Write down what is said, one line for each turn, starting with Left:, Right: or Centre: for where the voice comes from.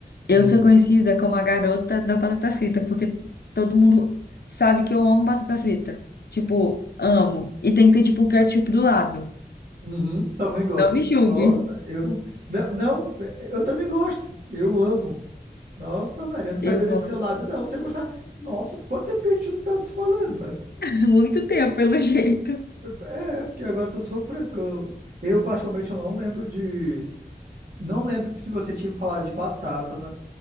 Right: Hum.
Left: eu sou conhecida como a garota da batata frita, porque todo mundo sabe que eu amo batata frita. Tipo, amo. E tem que ter, tipo, um ketchup do lado.
Right: Uhum, também gosto.
Left: Não me julgue.
Right: Nossa, eu. Não, não, eu também gosto. Eu amo. Nossa, velho, eu não sabia
Left: Eu
Right: desse
Left: gosto.
Right: seu lado, não. Você gostar. Nossa, quanto tempo que a gente não tá se falando, velho?
Left: <laughs> Muito tempo, pelo jeito.
Right: É, porque agora eu tô surpreso, porque eu, eu particularmente eu não lembro de. Não lembro que se você tinha me falado de batata, né?